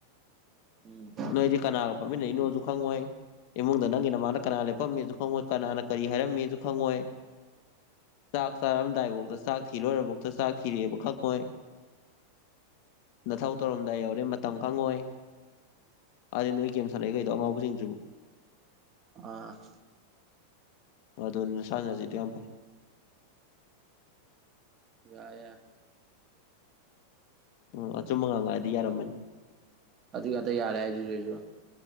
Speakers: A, on the right; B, on the left.
A: ꯎꯝ
B: ꯅꯣꯏꯗꯤ ꯀꯅꯥꯒ ꯐꯝꯃꯤꯟꯅꯩꯅꯣꯖꯨ ꯈꯪꯉꯣꯏ ꯏꯃꯨꯡꯗ ꯅꯪꯒꯤ ꯅꯃꯥꯡꯗ ꯀꯅꯥ ꯂꯦꯞꯄꯝꯃꯤꯖꯨ ꯈꯪꯉꯣꯏ ꯀꯅꯥꯅ ꯀꯔꯤ ꯍꯥꯏꯔꯝꯃꯤꯖꯨ ꯈꯪꯉꯣꯏ ꯆꯥꯛ ꯆꯥꯔꯝꯗꯥꯏꯕꯧꯗ ꯆꯥꯛ ꯊꯤ ꯂꯣꯏꯔꯕꯧꯇꯥ ꯆꯥꯛ ꯊꯤꯔꯦꯕꯧ ꯈꯪꯉꯣꯏ ꯅꯊꯧ ꯇꯧꯔꯝꯗꯥꯏ ꯌꯧꯔꯦ ꯃꯇꯝ ꯈꯪꯉꯣꯏ ꯑꯥꯗꯤ ꯅꯣꯏ ꯒꯦꯝ ꯁꯅꯒꯧꯗꯣ ꯑꯉꯧꯕꯖꯤꯖꯨ
A: ꯑ
B: ꯑꯗꯨꯅꯤ ꯅꯁꯥꯅ ꯌꯥꯖꯁꯤꯗꯤ ꯌꯥꯝ ꯐꯩ
A: ꯌꯥ
B: ꯑꯣ ꯑꯆꯨꯝ ꯉꯥꯡꯉꯥꯛꯑꯗꯤ ꯌꯥꯔꯝꯃꯅꯤ
A: ꯑꯗꯨ ꯑꯗꯩ ꯌꯥꯔꯦ ꯍꯥꯏꯗꯨꯗꯤ ꯑꯩꯗꯨꯁꯨ